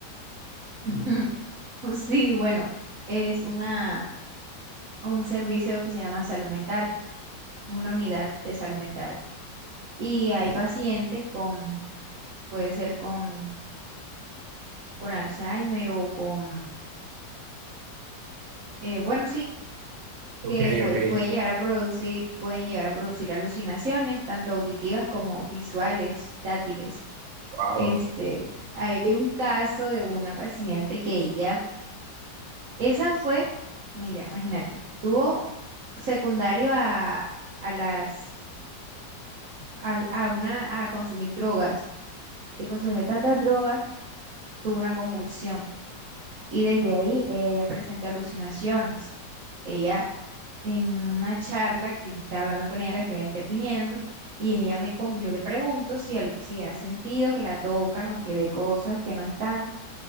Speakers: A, on the right; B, on the right.
A: <laughs> Sí, bueno, es una, un servicio que se llama salud mental, una unidad de salud mental. Y hay pacientes con, puede ser con, con Alzheimer o con, eh, bueno, sí,
B: Ok,
A: que pue-
B: ok.
A: pueden llegar a producir, pueden llegar a producir alucinaciones, tanto auditivas como visuales, táctiles.
B: Wow.
A: Este, hay un caso de una paciente que ella Esa fue, mira, imagínate, tuvo secundario a, a las, al- a, una, a consumir drogas. De consumir tantas drogas, tuvo una convulsión. Y desde ahí ella ya presenta alucinaciones. Ella, en una charla que yo estaba hablando con ella, la estaba interviniendo, y ella me, com- yo le pregunto si, al- si ha sentido que la tocan o que ve cosas que no están.